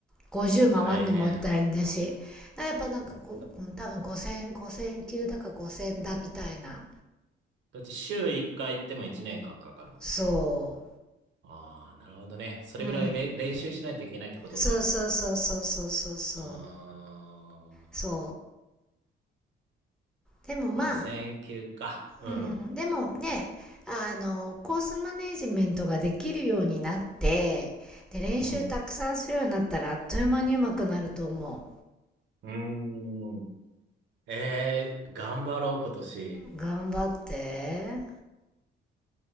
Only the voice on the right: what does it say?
大変。だ、だって週1回行っても1年間かんかかるもんね。
ああ、なるほどね。それぐらいべ練習しないといけないってことだ。
ああ、
5000級か。うん。
うん。うーん。えー、頑張ろう、今年。